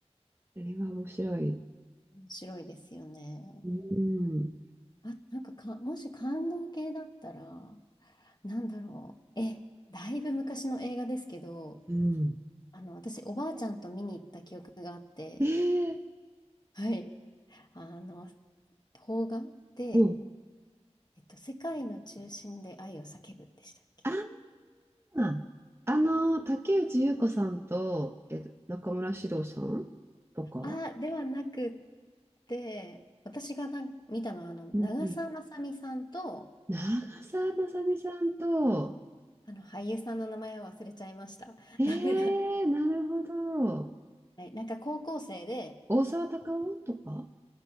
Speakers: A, on the right; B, on the left.
A: ー。あれは面白い。
B: 面白いですよね。
A: うん。
B: あ、なんか、か、もし感動系だったら、なんだろう。え、だいぶ昔の映画ですけど、
A: うん。
B: あの、私、おばあちゃんと見に行った記憶があって、
A: ええ
B: はい。あの、邦画で、
A: もう
B: えっと、世界の中心で愛を叫ぶでしたっけ
A: ああ、あの、竹内優子さんと、えっと、中村獅童さんとか、
B: あ、ではなくって、私がな見たのは、あの、長澤まさみさんと、
A: うんうん。長澤まさみさんと、
B: あの、俳優さんの名前を忘れちゃいました。<laughs>
A: ええなるほど。
B: ダメだ。はい、なんか高校生で、
A: 大沢たかおとか、